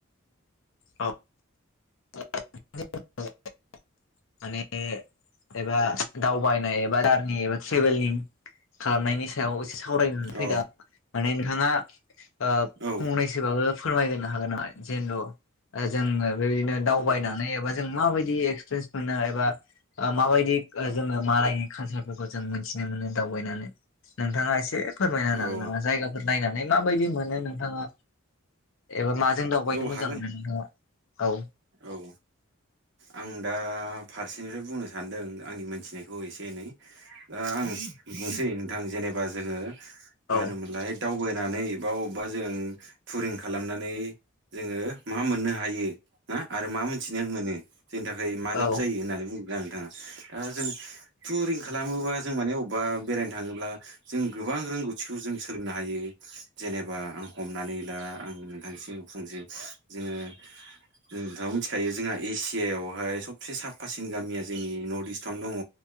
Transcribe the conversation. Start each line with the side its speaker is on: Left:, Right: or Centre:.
Left: औ <unintelligible> माने एबा दावबायनाय एबा जारनि एबा ट्रेभेलनि खालामनायनि सायाव एसे सावराय फैदों
Right: औ
Left: माने नोंथाङा फंनैसोबाबो
Right: औ
Left: फोरमायग्रो हागोन नामा जेनथु जोङो बेबायदिनो दावबायनानै एबा जों माबायदि एक्सपिरियेन्स मोनो एबा माबायदि जोङो मालायनि कालसारफोरखौ जों मिथिनो मोनो दावबायनानै नोंथाङा एसे फोरमायनो
Right: औ
Left: हागोन नामा जायगाफोर नायनानै माबायदि मोनो नोंथाङा एबा माजों दावबायनो
Right: औ
Left: मोजां
Right: हागोन
Left: मोनो नोंथाङा औ
Right: औ आं दा फारसेनिफ्राय बुंनो सानदों आंनि मोनथिनायखौ एसे एनै दा आं बुंसै नोंथां जेनेबा जोङो मा
Left: औ
Right: होनोमोनलाय दावबायनानै बा अबेबा जों टुरिं खालामनानै जोङो मा मोननो हायो ना आरो मा मोनथिनो मोनो जोंनि थाखाय मा लाब
Left: औ
Right: जायो होननानै बुंदोंना नोंथाङा दा जों टुरिं खालामोबा जों माने अबेबा बेरायनो थाङोब्ला जों गोबां रोंगौथिखौ जों सोलोंनो हायो जेनेबा आं हमनानै ला आं नोंथांनिसिम बुंनोसै जोङो
Left: <inaudible>
Right: नोंथाङा मिथिखायो जोंहा एसियायावहाय सबसे साफासिन गामिया जोंनि नर्थ इस्टआवनो दङ